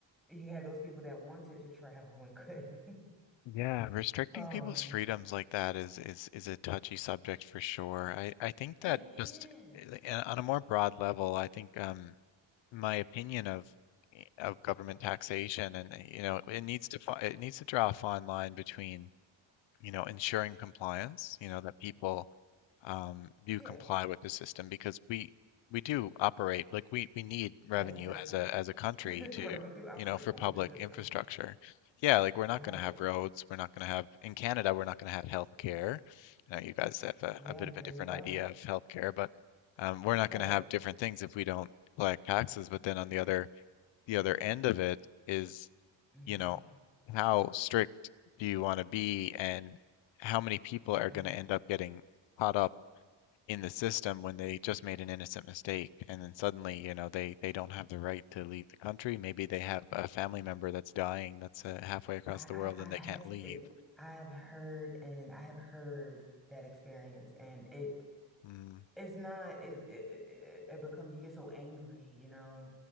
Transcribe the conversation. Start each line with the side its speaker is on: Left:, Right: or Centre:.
Centre: you had those people that wanted to travel and couldn't. <laughs>
Left: Yeah, restricting
Centre: Um
Left: people's freedoms like that is is is a touchy subject for sure. I I think that
Centre: it is.
Left: just uh, uh, on a more broad level, I think um my opinion of eh, of government taxation and uh, you know it needs to fi- it needs to draw a fine line between you know, ensuring compliance, you know, that people um, do
Centre: Yeah,
Left: comply with the system because we we do operate like we we need revenue
Centre: on the system.
Left: as a as a country
Centre: <laughs>
Left: to
Centre: Right, we do operate
Left: you know for
Centre: on
Left: public
Centre: the system.
Left: infrastructure. Yeah, like we're not
Centre: Right.
Left: going to have roads, we're not going to have in Canada, we're not going to have healthcare. I know you guys have a,
Centre: Yeah,
Left: a bit of
Centre: there
Left: a different
Centre: you go.
Left: idea of healthcare, but um, we're not
Centre: Right.
Left: going to have different things if we don't collect taxes. But then on the other the other end of it is
Centre: hmm
Left: you know, how strict do you want to be and how many people are
Centre: Yeah.
Left: going to end up getting caught up in the system when they just made an innocent mistake and then suddenly, you know, they they don't have the right to leave the country. Maybe they have a family member that's dying that's uh, halfway across
Centre: I,
Left: the world
Centre: I've I've
Left: and they
Centre: had
Left: can't leave.
Centre: to, I've heard and I have heard that experience and it
Left: Mm,
Centre: it's not is it, it it becomes you get so angry, you know.